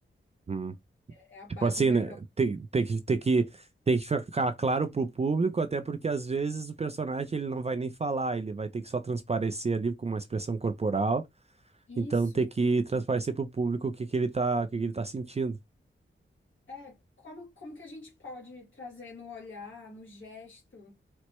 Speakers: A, on the right; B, on the left.
A: <laughs>
B: É a base
A: Tipo assim,
B: maior.
A: né? Tem, tem que, tem que, tem que ficar claro pro público, até porque às vezes o personagem ele não vai nem falar, ele vai ter que só transparecer ali com uma expressão corporal.
B: Isso
A: Então tem que transparecer pro público o que que ele tá, o que que ele tá sentindo.
B: é como, como que a gente pode trazer no olhar, no gesto,